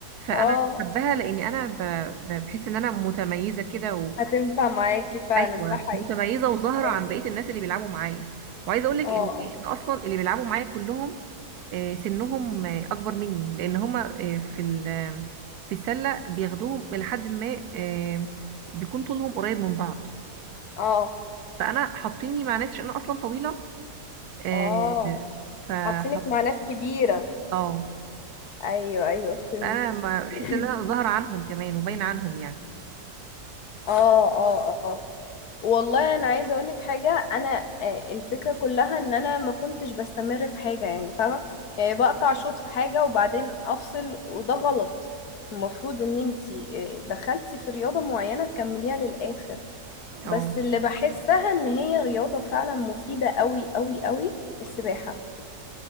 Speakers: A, on the right; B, on the left.
A: فانا
B: اه
A: بحبها لان انا ب... ب- بحس ان انا متميزه كده و...
B: هتنفع معاكي فعلا
A: ايوه
B: ده حقيقي
A: متميزه وظاهره عن
B: ايوه
A: بقيه الناس اللي بيلعبوا معايا وعايزه اقول لك
B: اه
A: ان
B: اه
A: ان اصلا اللي بيلعبوا معايا كلهم آه، سنهم آه، اكبر مني لان هما آه، في ال- آه، في السله بياخدوهم لحد ما آه، بيكون طولهم قريب من بعض
B: اه
A: فانا حاطيني مع ناس عشان انا اصلا طويله آه،
B: اه
A: فحط
B: حاطينك مع ناس كبيرة
A: اه
B: ايوه ايوه فهمت
A: فانا ما- بحس
B: <clears throat>
A: ان انا ظاهره عنهم كمان وباينه عنهم يعني
B: اه اه اه والله انا عايزه اقول لك حاجه انا آه، الفكره كلها ان انا ما كنتش بستمر في حاجه يعني فاهمه يعني بقطع شوط في حاجه وبعدين افصل وده غلط المفروض ان انتي آه، دخلتي في رياضه معينه تكمليها للاخر بس
A: اه
B: اللي بحسها ان هي رياضه فعلا مفيده قوي قوي قوي السباحه